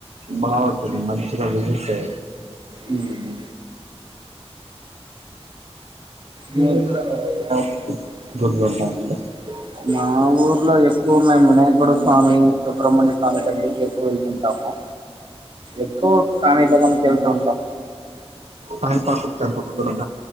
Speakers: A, on the right; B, on the right.
A: బావుంటది మంచిగా పిలిస్తే
B: ఉమ్.
A: మీ
B: <unintelligible>
A: ఊర్లో ఎలా గుళ్ళు ఉంటాయండి
B: మా ఊర్లో ఎక్కువ మేము వినాయకుడి స్వామి సుబ్రమణ్ ణ్య స్వామి టెంపుల్ కి ఎక్కువ వెళ్తుంటాము ఎక్కువ కానిపాకానికి వెళ్తూ ఉంటాం
A: కాణిపాక్ టెంపుల్